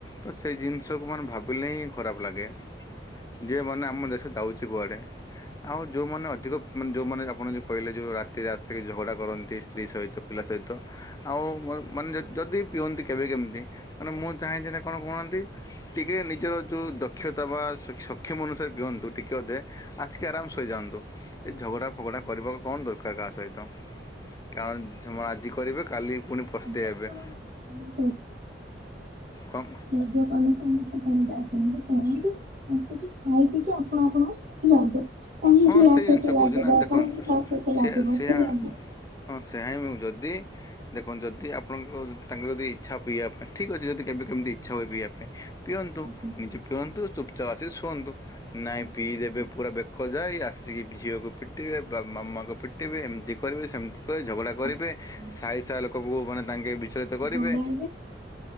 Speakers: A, on the left (about 20°); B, on the right (about 50°).
A: ତ ସେଇ ଜିନିଷକୁ ମାନେ ଭାବିଲେ ହିଁ ଖରାପ ଲାଗେ ଯେ ମାନେ ଆମ ଦେଶ ଯାଉଛି କୁଆଡ଼େ। ଆଉ ଯୋଉ ମାନେ ଅଧିକ ମାନେ ଯୋଉ ମାନେ ଆପଣ ଯୋଉ କହିଲେ ଯୋଉ ରାତିରେ ଆସିକି ଝଗଡ଼ା କରନ୍ତି। ସ୍ତ୍ରୀ ସହିତ ପିଲା ସହିତ ଆଉ ମ ମାନେ ଯଦି। ପିଅନ୍ତି କେବେ କେମିତି ମାନେ ମୁଁ ଚାହେଁ ସେଟା କଣ କୁହନ୍ତି। ଟିକେ ନିଜର ଯୋଉ ଦକ୍ଷତା ବା ସ ସକ୍ଷମ ଅନୁସାରେ ପିଅନ୍ତୁ ଟିକେ ଅଧେ। ଆସିକି ଆରାମ ସେ ସୋଇ ଯାଆନ୍ତୁ ଏ ଝଗଡ଼ା ଫଗଡ଼ା କରିବାକୁ କଣ ଦରକାର କାହା ସହିତ। କାରଣ ଝଗଡା ଆଜି କରିବେ କାଲି କି ପୁଣି ପସ୍ତେଇ
B: ଯଦି
A: ହେବେ।
B: ଆପଣ ମଦ୍ୟପାନ
A: କଁ।
B: ମଦ୍ୟ ପାନ। ସମସ୍ତେ କରନ୍ତି ଆସନ୍ତି ଖାଆନ୍ତି ଆସି କି ଖାଇ ପିଇ କି ଆପଣ ଆପଣଙ୍କ ଯାଆନ୍ତୁ। କାହିଁକି
A: ହଁ ସେଇ
B: ଆ ସହିତ
A: ଜିନିଷ
B: ଲାଗିବା
A: କହୁଛି ନା ଦେଖନ୍ତୁ
B: କାହିଁକି ତା ସହିତ
A: ସେ
B: ଲାଗିବା
A: ସେଆ
B: ସେଇଆ ନା।
A: ହଁ ସେଇଆ ହିଁ ମୁଁ ଯଦି। ଦେଖନ୍ତୁ ଯଦି ଆପଣଙ୍କ ତାଙ୍କୁ ଯଦି ଇଚ୍ଛା ପିଇବା ପାଇଁ, ଠିକ୍ ଅଛି ଯଦି କେବେ କେମିତି ଇଚ୍ଛା ହୁଏ ପିଇବା ପାଇଁ। ପିଅନ୍ତୁ
B: ଆଜ୍ଞା
A: ନିଜେ ପିଅନ୍ତୁ ଚୁପଚାପ୍ ଆସିକି ଶୁଅନ୍ତୁ, ନାଇଁ
B: ଆଜ୍ଞା।
A: ପିଇଦେବେ ପୁରା ବେକ କ ଯାଏଁ ଆସିକି ଝିଅକୁ ପିଟିବେ ବା ମାମାଙ୍କୁ ପିଟି ଟିବେ ଏମିତି କରିବେ ସେମିତି କରି ଝଗଡ଼ା
B: ଜଣେଇବେ
A: କରିବେ, ସାହି ସାରା ଲୋକଙ୍କୁ ମାନେ ତାଙ୍କେ। ବିଚଳିତ
B: <unintelligible>
A: କରିବେ
B: ଇଜତ୍